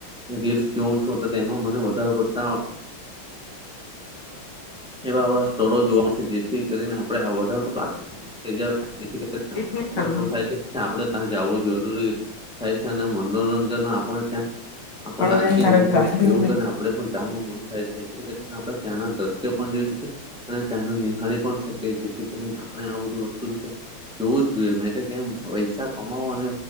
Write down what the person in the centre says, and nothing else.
રીલ્સ જોવું છું, એમાં મને વધારે પડતા એવા એવા સ્થળો જોવા મળશે જેથી કરીને આપણેે આ વધારો કચ <inaudible> થી એ
થાય છે આપે ત્યાં જવું જરૂરી <unintelligible> થાય છે, અને મનોરંજન આપણે ત્યાં આપ શાંતિ
અનુભવ
એવુંને
આપે પણ જવાનું મન થાય છે, તે કરીને આપડે ત્યાં ના જશે, જોઈ શકે અને ત્યાના નિહાળી પણ શકે જેથી કરીને આપણે આ બધું વસ્તુ જોવું જ જોઈએ મે તો કેમ પૈસા કમાવો અને